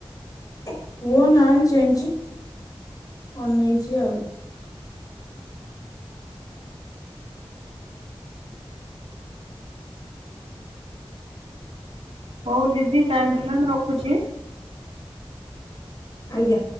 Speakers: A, on the left; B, on the right.
A: ପୁଅ ନାଁଇ ଚେଁଇଚି ଅନେଇଛି ଆଉ
B: ହଉ ଦିଦି ଟାଇମ ହେଲାଣି ମୁଁ ରଖୁଚି।
A: ଆଜ୍ଞା।